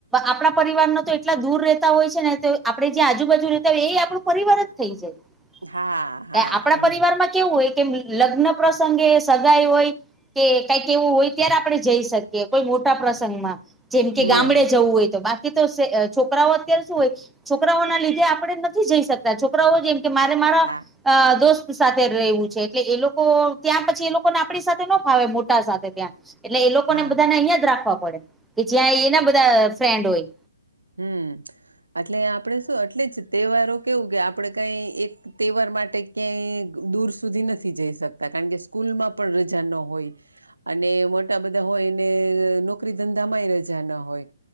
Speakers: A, in the centre; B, on the right.
A: આપણા પરિવાર ન તો એટલા દૂર રહેતા હોય છે ને તો આપડે જે આજુબાજુ એ આપણું પરિવાર જ થઈ જાય
B: હા હા
A: આપણા પરિવારમાં કેવું હોય. કેમ લગ્ન પ્રસંગે સગાઈ હોય. કે કઈક એવું હોય ત્યારે આપણે જઈ શકીએ કોઈ મોટા પ્રસંગમાં જેમ કે
B: હા
A: ગામડે જવું હોય તો બાકી તો છોકરાઓ અત્યારે શું હોય છોકરાઓના લીધે આપણે નથી જઈ શકતા છોકરાઓ જેમ કે મારે મારા
B: હા
A: અ દોસ્ત ની સાથે રેવું છે એટલે એ લોકો ત્યાં પછી એ લોકોને આપણી સાથે ન ફાવે મોટા સાથે ત્યાં. એટલે એ લોકોને
B: હા
A: બધાને અહિયાં જ રાખવા પડે. કે જ્યાં એના બધા ફ્રેન્ડ હોય.
B: હમ એટલે આપડે શું અટલે જ તહેવારો કેવું કે આપડે કઈ એક તહેવાર માટે ક્યાંય દૂર સુધી નથી જઈ શકતા કારણ કે સ્કૂલમાં પણ રજા ન હોય. અને મોટા બધા હોય ને નોકરી ધંધામાંય રજા ન હોય.